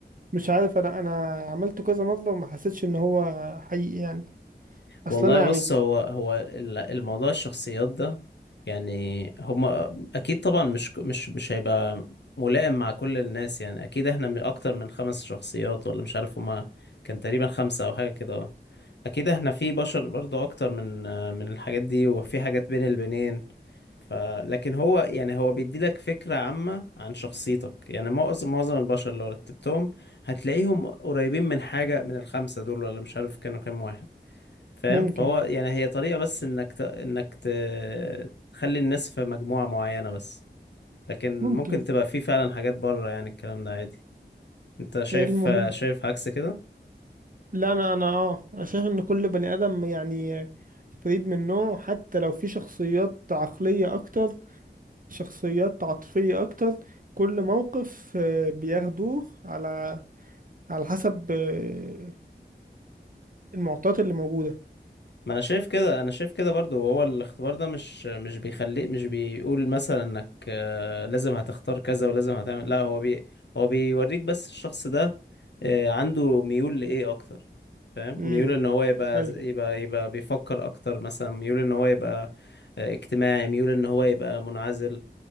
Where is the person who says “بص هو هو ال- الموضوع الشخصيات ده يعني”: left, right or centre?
Left